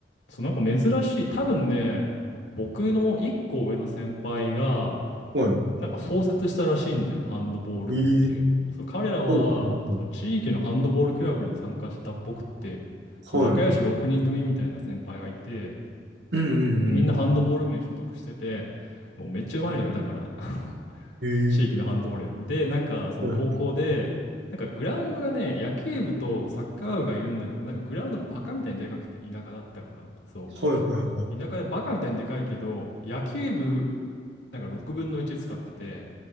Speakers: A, on the left; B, on the right.
A: そう、なんか珍しい。多分ね、僕の一個上の先輩が、
B: は。は
A: なんか創設したらしいんだよね、ハンドボール部っていうのを。
B: い。えー、
A: そう、彼らはそう地域のハンドボールクラブに参加してたっぽくって、
B: はい、はい、は
A: そう、
B: い。はい。
A: 仲良し6人組みたいな先輩がいて、
B: うんうん
A: みんなハンドボール部に所属してて、もうめっちゃうまいのよ、だから、<laughs>
B: うん。
A: 地域のハンドボールやって。
B: えー、
A: で、なんかその高校で、
B: はい、はい。
A: なんかグラウンドがね、野球部とサッカー部がいるんだけど、なんかグラウンドバカみたいにでかくて、田舎だったから、そ
B: はい、はい、はい。
A: う。田舎でバカみたいにでかいけど、野球部、なんか6分の1使ってて、